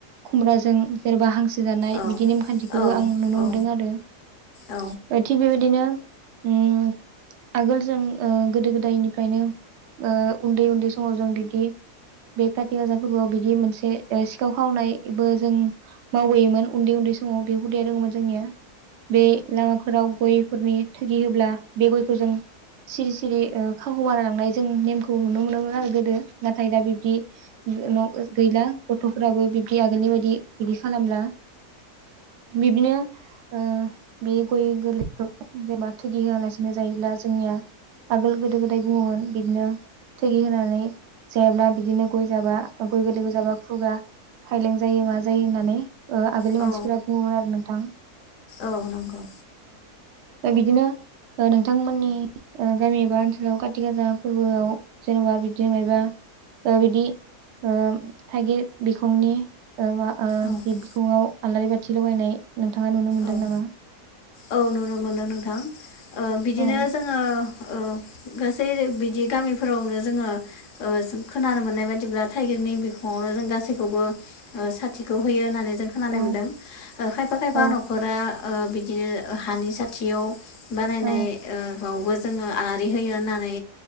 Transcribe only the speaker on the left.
औ
औ
औ
औ
औ
औ नंगौ
औ
औ
औ नुनो मोनदों नोंथां ओ बिदिनो
जोङो ओ गासै बिदि गामिफोरावनो जोङो ओ खोनानो मोननाय बादिब्ला थाइगिरनि बिखङावनो जों गासैखौबो ओ साथिखौ होयो होनना जों खोनानाय
मोनदों खायफा खायफा
नखरा ओ बिदिनो हानि सथियाव बानायनाय
ओ आवबो जोङो आलारि होयो होननानै